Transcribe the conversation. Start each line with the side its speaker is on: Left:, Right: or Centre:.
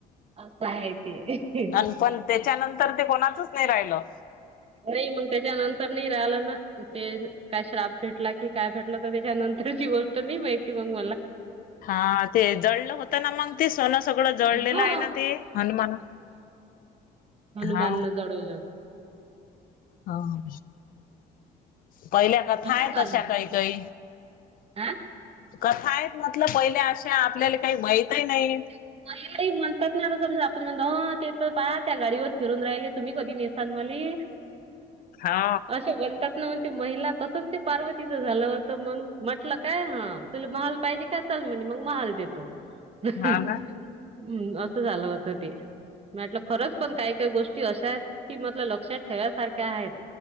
Right: असं आहे ते.
Left: आणि पण त्याच्यानंतर ते कोणाचंच नाही राहिलं.
Right: नाही, मग त्याच्यानंतर ते राहिलं नाही ना, त्याला काय शाप भेटला की... काय भेटलं, तर त्याच्यानंतरची गोष्ट मला नाही माहिती मग.
Left: हा, ते जळलं होतं ना मग ते सोनं सगळं जळलेलं
Right: हा
Left: आहे ना, ते हनुमान
Right: हनुमानाने
Left: हा
Right: जळवलं होतं.
Left: हं.. पहिल्या कथा
Right: असं
Left: आहे.
Right: झालं
Left: तशा काही काही
Right: होतं.
Left: कथा आहेत म्हटलं पहिल्या, अशा आपल्याला काही माहितीच नाही.
Right: मले काही म्हणतात ना, आता समजा आपण म्हणते, हं ते पण पाहा त्या गाडीवर फिरत राहिले, तुम्ही कधी नेसान मले.
Left: हा
Right: असं म्हणतात. <inaudible> महिला तसंच ते पार्वतीचं झालं होतं, मग म्हटलं, तुला महाल पाहिजे त्या चल, म्हण मग महाल देतो. हं,
Left: हा ना.
Right: असं झालं होतं ते, म्हटलं खरंच, पण काय काय गोष्ट अशात की, मतल लक्षात ठेवायासारखे आहेत.